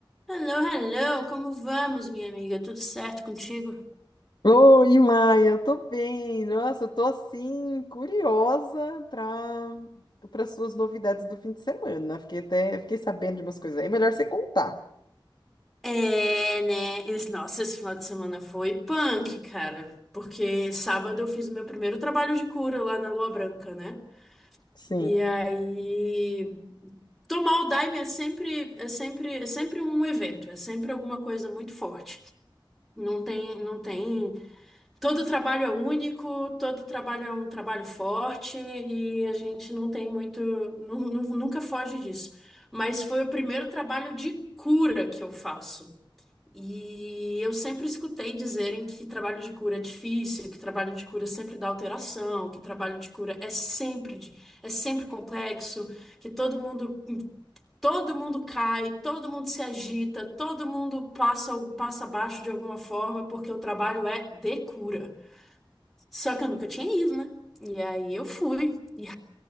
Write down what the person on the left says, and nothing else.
Oi, Maia, eu tô bem. Nossa, eu tô assim, curiosa para para suas novidades do fim de semana. Fiquei até, fiquei sabendo de umas coisas aí. Melhor você contar.
Sim.